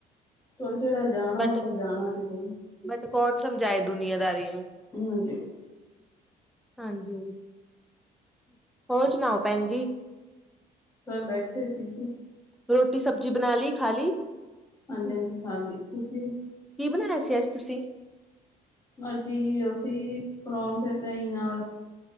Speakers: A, on the left; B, in the centre.
A: ਤੋਂ ਜਿਹੜਾ ਜਾਣਾ
B: ਬਟ
A: ਉਹ ਤਾਂ ਜਾਣਾ ਕਿਸੇ ਨੇ
B: ਬਟ ਕੌਣ, ਸਮਝਾਏ ਦੁਨੀਆਂਦਾਰੀ ਨੂੰ
A: ਹਾਂਜੀ।
B: ਹਾਂਜੀ, ਹੋਰ ਸੁਣਾਓ ਭੈਣ ਜੀ
A: ਬੈਠੇ ਸੀ ਜੀ
B: ਰੋਟੀ ਸਬਜ਼ੀ ਬਣਾ ਲਈ, ਖਾ ਲਈ?
A: ਹਾਂਜੀ ਹਾਂਜੀ, ਖਾ ਲਈ, ਤੁਸੀਂ?
B: ਕੀ ਬਣਾਇਆ ਸੀ, ਅੱਜ ਤੁਸੀਂ?
A: ਅੱਜ ਅਸੀਂ ਪਰਾਂਠੇ, ਦਹੀਂ ਨਾਲ